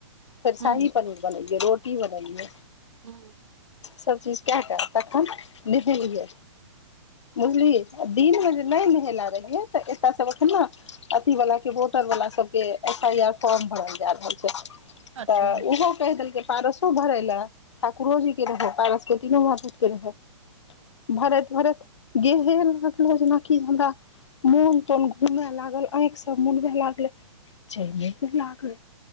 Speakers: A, on the left; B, on the right.
A: फेर
B: हूं
A: शाही पनीर बनेलियै रोटी बनेलियै
B: हू
A: सब चीज कए क तखन नहेलियै बुझलि दिनमे जे नहि नहेला रहियै तऽ एतय सभ एखन न अथी वाला सबके वोटर वाला सबके एफ आई आर फॉर्म भरल जा रहल छै
B: अच्छा
A: तऽ ओहो कहि देलकै पारसो भरैले ठाकुरो जी के रहे पारस के तिनो माई पुत के रहे भरत भरत गेहे ललो जेनाकि हमरा मोन तोन घुमए लागल अइख सब मुनबे लागले चाइये पर लागल